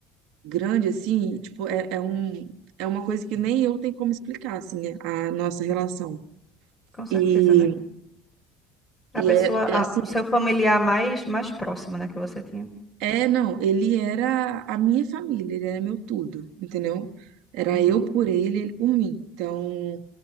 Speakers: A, on the right; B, on the left.
A: grande, assim, tipo, é, é um, é uma coisa que nem eu tenho como explicar, assim, a nossa relação.
B: Com certeza,
A: E,
B: né?
A: e
B: A pessoa,
A: é, é
B: a-
A: assim,
B: o seu familiar mais, mais próximo, né, que você tinha.
A: É, não, ele era a minha família, ele era meu tudo, entendeu? Era
B: Uhum,
A: eu por ele, ele por mim. Então,